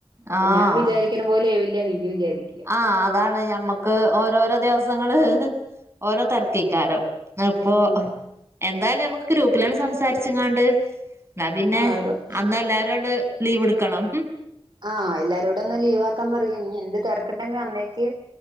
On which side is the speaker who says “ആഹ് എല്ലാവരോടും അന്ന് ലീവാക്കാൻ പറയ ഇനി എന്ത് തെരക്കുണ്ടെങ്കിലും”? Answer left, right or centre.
Right